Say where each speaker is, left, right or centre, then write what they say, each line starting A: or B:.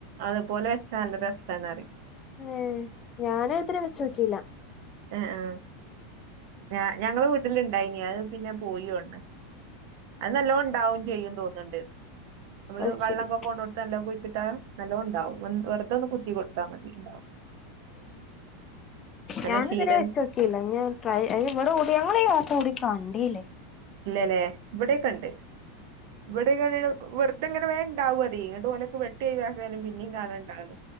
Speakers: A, on the right (about 60°); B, on the left (about 30°).
A: അതപോലെ വെച്ചാ നല്ല രസാന്ന് പറയും.
B: ഏ ഞാന അത്ര വെച്ച നോക്കില്ല.
A: ആ ആ ഞ ഞങ്ങള് വീട്ടില ഇണ്ടായിന അത് പിന്നെ പോയി തോന്നണ്. അത് നല്ല ഉണ്ടാവും ചെയ്യും തോന്നണ്ട്. നമ്മള്
B: അത്
A: വെള്ളക്കെ
B: ശരി
A: പോണോടത്ത് നല്ലോ കുഴിച്ചിട്ടാ നല്ലോ ഉണ്ടാവും വെറുത കുത്തി കൊടുത്താ മതി ഉണ്ടാവും. നല്ല
B: ഞാന്
A: ശീലൻ
B: ഇതുവരെ വെച്ച് നോക്കിയില്ല ഞാൻ ട്രൈ ഇവിടെ കൂടി ഞങ്ങടെ <unintelligible> കണ്ടയില്ലേ.
A: ഇല്ലല്ലേ ഇവിടോക്കെ ഇണ്ട്. ഇവിടെങ്ങ വെറുതെ ഇങ്ങനെ വേണ്ടാവും അത് <unintelligible> വെട്ടി ഒഴിവാക്കാനും പിന്നെയും കാണേണ്ടതാണ്.